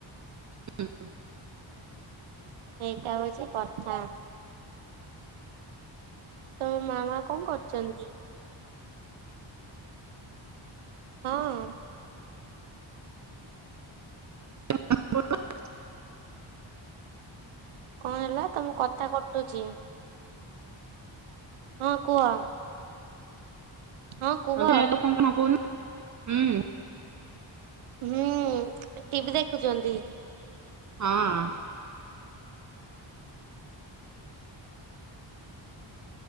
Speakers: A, on the right; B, on the right.
A: ହୁଁ,
B: ଏଇଟା ହେଉଛି କଥା। ତମ ମାମା କଣ କରୁଛନ୍ତି? ହଁ ଅଁ,
A: ହ୍ୟା <inaudible>
B: କଣ ହେଲା ତମ କଥା କଟୁଚି। ହଁ କୁହ, ହଁ କୁହ
A: <inaudible> କମା କହୁନୁ ହୁଁ
B: ହୁଁ ଟିଭି ଦେଖୁଛନ୍ତି।
A: ହଁ ଅଁ,